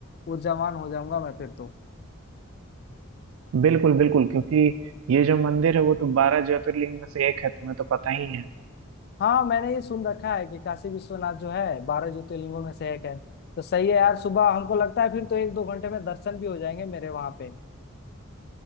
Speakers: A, on the left (about 50°); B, on the right (about 75°).
A: ऊर्जावान हो जाऊंगा मैं फिर तो
B: बिल्कुल बिल्कुल क्योंकि ये जो मंदिर है वो तो बारह ज्योतिर्लिंग में से एक है तुम्हें तो पता ही है
A: हाँ मैंने ये सुन रखा है कि काशी विश्वनाथ जो है बारह ज्योतिर्लिंगों में से एक है तो सही है यार सुबह हमको लगता है फिर तो एक दो घंटे में दर्शन भी हो जाएंगे मेरे वहां पे